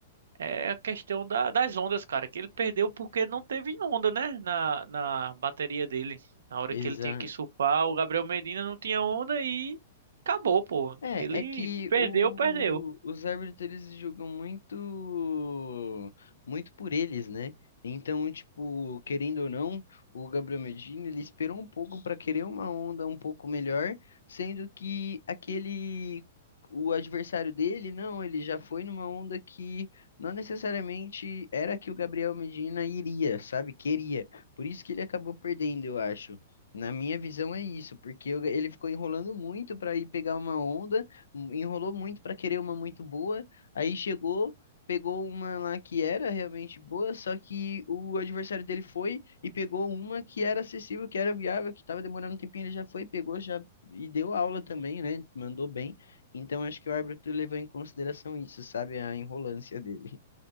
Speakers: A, on the right (about 75°); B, on the left (about 80°).
A: é a questão da- das ondas, cara, que ele perdeu porque não teve onda, né? Na, na bateria dele. Na hora que
B: Exa
A: ele tinha que surfar, o Gabriel Medina não tinha onda e acabou, pô.
B: É,
A: Ele
B: é que
A: perdeu,
B: o,
A: perdeu.
B: os árbitros eles julgam muito muito por eles, né? Então, tipo, querendo ou não, o Gabriel Medina ele esperou um pouco para querer uma onda um pouco melhor, sendo que aquele o adversário dele, não, ele já foi numa onda que não necessariamente era a que o Gabriel Medina iria, sabe? Queria. Por isso que ele acabou perdendo, eu acho. Na minha visão é isso, porque eu- ele ficou enrolando muito para ir pegar uma onda, en- enrolou muito para querer uma muito boa, aí chegou, pegou uma lá que era realmente boa, só que o adversário dele foi e pegou uma que era acessível, que era viável, que estava demorando um tempinho, ele já foi, pegou já e deu aula também, né? Mandou bem. Então acho que o árbitro levou em consideração isso, sabe? A enrolância dele.